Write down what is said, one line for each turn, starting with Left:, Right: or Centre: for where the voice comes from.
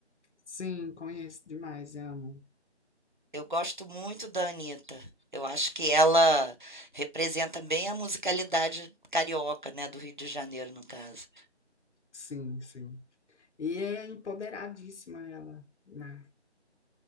Left: Sim, conheço demais, amo,
Right: Eu gosto muito da Anitta. Eu acho que ela representa bem a musicalidade carioca, né, do Rio de Janeiro, no caso.
Left: sim, sim, e é empoderadíssima ela, né,